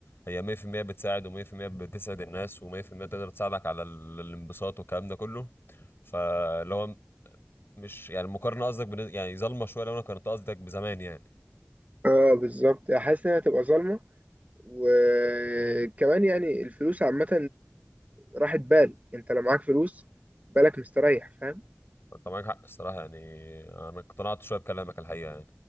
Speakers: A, on the left; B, on the right.
A: هي 100% بتساعد و100% بتسعد الناس و100% تقدر تساعدك على ال- الانبساط والكلام ده كله فاللي هو مش يعني المقارنه قصدك بن- يعني ظالمه شويه لو انا كنت قصدك بزمان يعني
B: اه بالظبط حاسس إنها هتبقى ظالمة وكمان يعني الفلوس عامة راحت بال انت لو معاك فلوس بالك مستريح فاهم
A: انت معاك حق الصراحه يعني انا اقتنعت شويه بكلامك الحقيقه يعني